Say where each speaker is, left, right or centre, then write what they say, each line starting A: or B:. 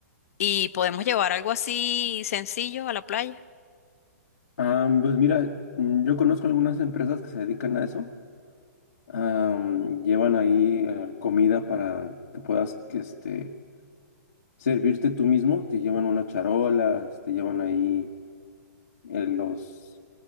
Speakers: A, on the left; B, on the left.
A: y podemos llevar algo así sencillo a la playa?
B: Ah, pues mira, mm, yo conozco algunas empresas que se dedican a eso. Ah, mm, llevan ahí eh, comida para que puedas, que, este, servirte tú mismo. Te llevan unas charolas, te llevan ahí eh, los